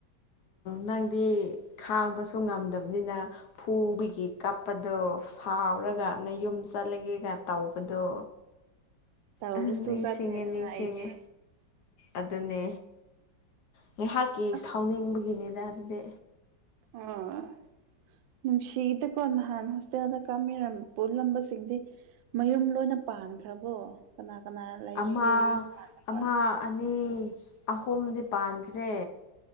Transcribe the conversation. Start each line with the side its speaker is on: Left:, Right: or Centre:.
Left: ꯅꯪꯗꯤ ꯈꯥꯡꯕꯁꯨ ꯉꯝꯗꯕꯅꯤꯅ ꯐꯨꯕꯒꯤ ꯀꯞꯄꯗꯣ ꯁꯥꯎꯔꯒ ꯑꯅ ꯌꯨꯝ ꯆꯠꯂꯒꯦꯒ ꯇꯧꯕꯗꯣ
Right: ꯇꯧꯔꯁꯨ
Left: ꯑ ꯅꯤꯡꯁꯤꯡꯉꯦ
Right: ꯆꯠꯇꯦꯗꯅ
Left: ꯅꯤꯡꯁꯤꯡꯉꯦ
Right: ꯑꯩꯗꯤ
Left: ꯑꯗꯨꯅꯦ ꯉꯥꯏꯍꯥꯛꯀꯤ
Right: ꯑꯁ
Left: ꯁꯥꯎꯅꯤꯡꯕꯒꯤꯅꯤꯗ ꯑꯗꯨꯗꯤ
Right: ꯑꯣ ꯅꯨꯡꯁꯤꯗꯀꯣ ꯅꯍꯥꯟ ꯍꯣꯁꯇꯦꯜꯗ ꯀꯥꯕꯤꯔꯝꯕ ꯄꯨꯜꯂꯝꯕꯁꯤꯡꯗꯤ ꯃꯌꯨꯝ ꯂꯣꯏꯅ ꯄꯥꯟꯈ꯭ꯔꯕꯣ ꯀꯅꯥ ꯀꯅꯥ ꯂꯩꯔꯤꯒꯦ
Left: ꯑꯃ
Right: ꯏꯃꯥꯟꯅꯕ
Left: ꯑꯃ ꯑꯅꯤ ꯑꯍꯨꯝꯗꯤ ꯄꯥꯟꯈ꯭ꯔꯦ